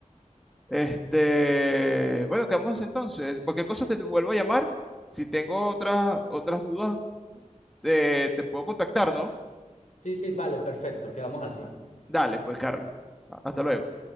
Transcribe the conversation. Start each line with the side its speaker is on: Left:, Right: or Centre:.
Centre: Este, bueno, quedamos así entonces. Cualquier cosa te, te vuelvo a llamar. Si tengo otras, otras dudas, te, te puedo contactar, ¿no?
Left: Sí, sí, vale, perfecto, quedamos así.
Centre: Dale, pues, Carlos. Hasta luego.